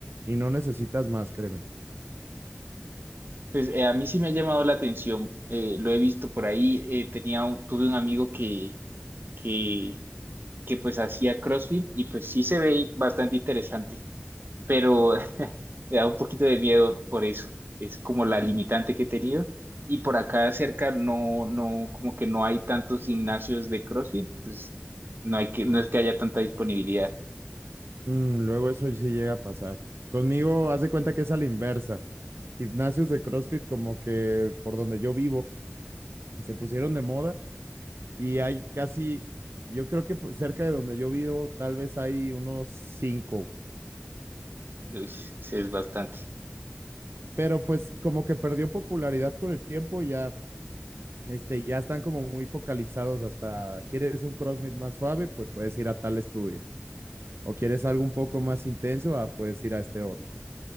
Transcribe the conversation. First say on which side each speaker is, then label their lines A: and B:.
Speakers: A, on the right; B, on the right.
A: Y no necesitas más, créeme.
B: Pues eh, a mí sí me ha llamado la atención, eh, lo he visto por ahí, eh, tenía un- tuve un amigo que, que, que pues hacía CrossFit y pues sí se ve bastante interesante, pero <laughs> me da un poquito de miedo por eso, es como la limitante
A: Y,
B: que he tenido y por acá cerca no, no, como que no hay tantos gimnasios de CrossFit, entonces no hay que, no es que haya tanta disponibilidad,
A: mm, luego eso sí llega a pasar. Conmigo, haz de cuenta que es a la inversa. Gimnasios de CrossFit, como que por donde yo vivo, se pusieron de moda y hay casi, yo creo que por- cerca de donde yo vivo, tal vez hay unos cinco,
B: es, es bastante.
A: pero pues como que perdió popularidad con el tiempo y ya Este, ya están como muy focalizados hasta, ¿quieres un CrossFit más suave? Pues puedes ir a tal estudio. ¿O quieres algo un poco más intenso? Ah, puedes ir a este otro.